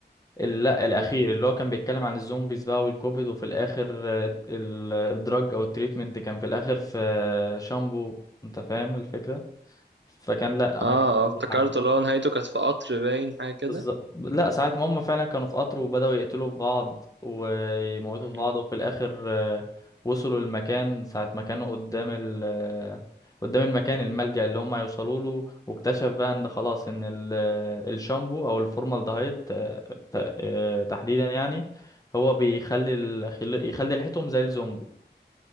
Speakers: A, on the left; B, on the right.
A: ال- لا الأخير
B: مم.
A: اللي هو كان بيتكلم عن الزومبيز بقى والكوفيد وفي الآخر آه، ال- الدراج أو التريتمنت كان في الآخر في شامبو أنت فاهم الفكرة فكان لا
B: اه
A: ما كانش
B: اه افتكرت
A: في حاجة
B: اللي هو نهايته كانت في قطر باين حاجة كده
A: بالظبط لا ساعة ما هم فعلا كانوا في قطر وبدأوا يقتلوا في بعض ويموتوا
B: مم.
A: في بعض وفي الآخر آه، وصلوا المكان ساعة ما كانوا قدام ال آه، قدام المكان الملجأ اللي هم يوصلوا له واكتشف بقى ان خلاص ان ال- آه، الشامبو او الفورمالدهيد آه، ت- آه، تحديدا يعني هو بيخلي ال... خل- يخلي ريحتهم زي الزومبي